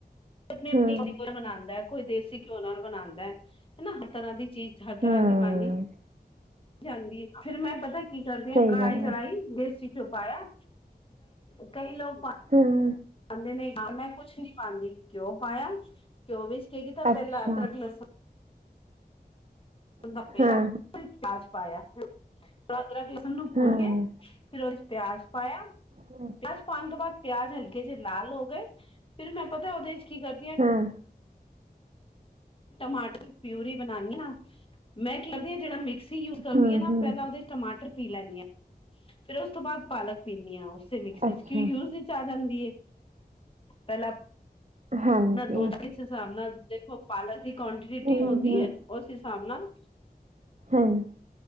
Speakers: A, on the left; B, on the right.
A: ਆਪਣੀ ਆਪਣੀ
B: ਹਮ
A: ਮਨਾਉਂਦਾ ਕੋਈ ਦੇਸੀ ਘਿਓ ਨਾਲ ਬਣਾਉਂਦਾ ਹੈ ਹਨਾ ਹਰ ਤਰ੍ਹਾਂ ਦੀ ਚੀਜ਼ ਹਰ ਤਰ੍ਹਾਂ
B: ਹਮ
A: ਦੀ ਬਾਣੀ ਜਾਂਦੀ ਹੈ ਫੇਰ ਮੈਂ ਪਤਾ ਕੀ ਕਰਦੀ
B: ਸਹੀ
A: ਹਾਂ ਕੜਾਈ
B: ਗੱਲ
A: ਚੜਾਈ
B: ਹੈ
A: ਦੇ ਵਿੱਚ ਪਾਇਆ ਕਈ ਲੋਕ
B: ਹਮ
A: ਪਾਉਂਦੇ ਨੇ ਹਾਂ ਮੈਂ ਕੁਛ ਨਹੀਂ ਪਾਉਂਦੀ ਘਿਓ ਪਾਇਆ ਘਿਓ ਵਿੱਚ ਕੀ ਕੀਤਾ ਪਹਿਲਾਂ
B: ਅੱਛਾ
A: ਅਦਰਕ, ਲਸਣ ਦਾ
B: ਹਾਂ
A: ਪਿਆ ਫਿਰ ਕਜ ਪਾਇਆ ਰਾਤ ਰ ਕੇ ਨੂੰ
B: ਹਾਂ
A: ਭੁੰਨ ਕੇ ਫਿਰ ਉਹਦੇ ਚ ਪਿਆਜ ਪਾਇਆ
B: ਹਮ
A: ਪਿਆਜ ਪਾਉਣ ਤੋਂ ਬਾਅਦ ਪਿਆਜ ਹਲਕੇ ਜਹੇ ਲਾਲ ਹੋ ਗਏ। ਫਿਰ ਮੈਂ ਪਤਾ ਉਹਦੇ ਚ ਕੀ ਕਰਦੀ ਹਾਂ
B: ਹਾਂ
A: ਟਮਾਟਰ ਪਿਊਰੀ ਬਣਾਉਣੀ ਆ ਨਾ ਮੈਂ ਕੀ ਕਰਦੀ ਹਾਂ ਜਿਹੜਾ ਮਿਕਸੀ ਯੂਜ ਕਰਦੀ
B: ਹਮ
A: ਨਾ
B: ਹਮ
A: ਪਹਿਲਾਂ ਉਹਦੇ ਟਮਾਟਰ ਪੀ ਲੈਂਦੀ ਹਾਂ ਫੇਰ ਉਸ ਤੋਂ ਬਾਅਦ ਪਾਲਕ ਪੀਂਦੀ ਹਾਂ ਉਸੇ ਮਿਕਸੀ
B: ਅੱਛਾ
A: ਚ ਕਿਉਂ ਯ ਆ ਜਾਂਦੀ ਪਹਿਲਾਂ
B: ਹਾਂਜੀ
A: ਦੋ 'ਹਿਸਾਬ ਨਾਲ ਦੇਖੋ ਪਾਲਕ ਦੀ ਕੋਆਂਟਟੀ
B: ਹਮ
A: ਹੁੰਦੀ
B: ਹਮ
A: ਹੈ ਉਸ ਹਿਸਾਬ ਨਾਲ
B: ਹਮ